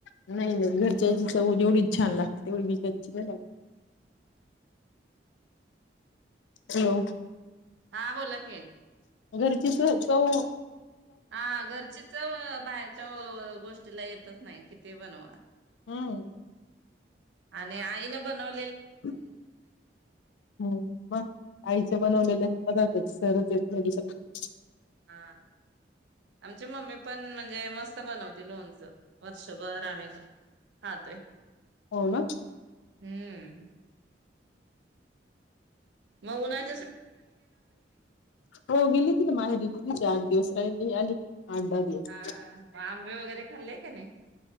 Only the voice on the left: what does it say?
नाही नाही घरच्याची चव जेवढी छान लागते तेवढी विकत चला ना. हॅलो
घरचीच होत ओ.
हम्
हम्म मग आईचं बनवलेलं पदार्थच सरच येऊ नाही शकत-
हो ना
'हो गेली ती ना माहेरी गलीचे आठ दिवस राहिले आली' आठ दहा दिवस